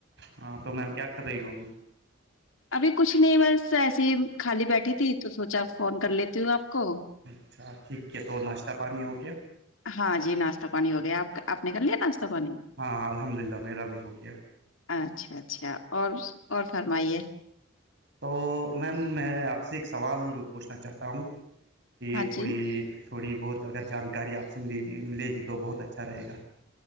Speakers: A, on the right; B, on the left.
A: ہاں تو میم کیا کر رہی ہو ابھی
B: ابھی کچھ نہیں بس ایسیے ہی خالی بیٹھی تھی تو سوچا فون کر لیتی ہوں آپ کو
A: اچھا ٹھیک ہے تو ناشتہ پانی ہو گیا
B: ہاں جی ناشتہ پانی ہو گیا آپ اپنے کر لیا ناشتہ پانی
A: ہاں الحمد للہ میرا بھی ہو گیا
B: اچھا اچھا اور اور فرمائیے
A: تو میم میں آپ سے ایک سوال پوچھنا چاہتا ہوں کہ
B: ہاں جی
A: تھوڑی تھوڑی بہت اگر جانکاری آپ سے ملے گی ملے گی تو بہت اچھا رہے گا